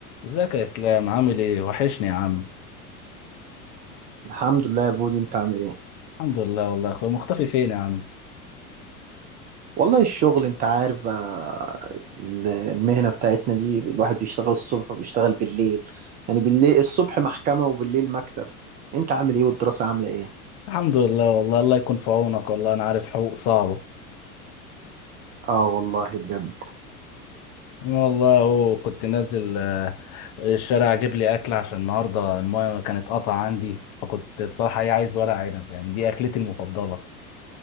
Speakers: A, on the left; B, on the right.
A: ازيك يا اسلام عامل ايه وحشني يا عم
B: الحمد لله يا بودي انت عامل ايه
A: الحمد لله والله يا اخويا مختفي فين يا عم
B: والله الشغل انت عارف آه، المهنة بتاعتنا دي الواحد بيشتغل الصبح وبيشتغل بالليل يعني بالليل الصبح محكمة وبالليل مكتب انت عامل ايه والدراسة عاملة ايه
A: الحمد لله والله الله يكون في عونك والله انا عارف حقوق صعبة
B: اه والله بجد
A: انا والله اهو كنت نازل آه، الشارع اجيب لي اكل عشان النهارده المايه كانت قطع عندي فكنت الصراحة ايه عايز ورق عنب يعني دي اكلتي المفضلة